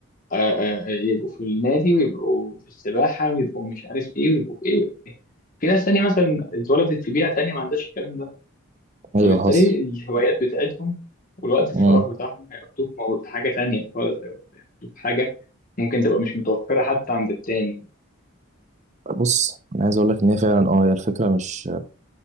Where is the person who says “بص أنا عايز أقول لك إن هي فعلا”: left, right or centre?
Right